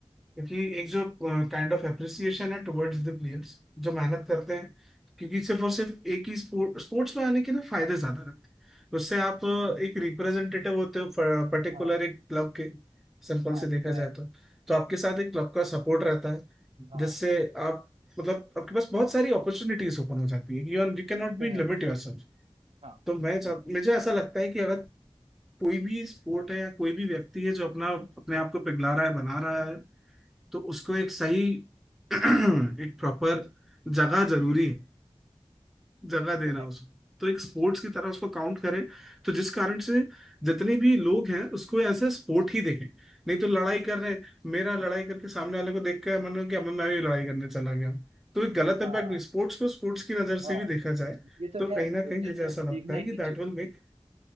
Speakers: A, in the centre; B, on the right.
A: क्योंकि एक जो काइंड ऑफ एप्रिसिएशन है टुवर्ड्स द प्लेयर्स जो मेहनत करते हैं क्योंकि सिर्फ और सिर्फ एक ही स्पोर्ट स्पोर्ट्स में आने के ना फायदे ज्यादा रहते हैं उससे आप अ, एक रिप्रेजेंटेटिव होते हो पर्टिकुलर
B: हाँ
A: एक क्लब के सिंपल
B: हाँ
A: से
B: ये
A: देखा
B: तो है
A: जाए तो तो आपके साथ एक क्लब का सपोर्ट रहता है
B: हाँ
A: जिससे आप मतलब आपके पास बहुत सारी अपॉर्चुनिटीज ओपन हो जाती है You are you can not
B: ये तो
A: be
B: है
A: limit yourself.
B: हाँ
A: तो मैं चाह-
B: ये तो
A: मुझे ऐसा लगता है कि अगर कोई भी स्पोर्ट है या कोई भी व्यक्ति है जो अपना अपने आप को पिघला रहा है बना रहा है तो उसको एक सही <clears throat> एक प्रॉपर जगह जरूरी है जगह देना
B: है
A: उसको तो एक स्पोर्ट्स की तरह उसको काउंट करें तो जिस कारण से जितने भी लोग हैं उसको एज ए स्पोर्ट ही देखें नहीं तो लड़ाई कर रहे हैं मेरा लड़ाई करके सामने वाले को देख कर मन हो कि अब मैं भी लड़ाई करने चला गया तो एक गलत
B: हाँ
A: इम्पैक्ट नहीं स्पोर्ट्स को स्पोर्ट्स की नज़र
B: हाँ
A: से भी देखा जाए
B: ये तो
A: तो
B: है
A: कहीं ना कहीं
B: देखना
A: मुझे ऐसा
B: देखना
A: लगता है कि
B: ही
A: दैट
B: चाहिए
A: विल मेक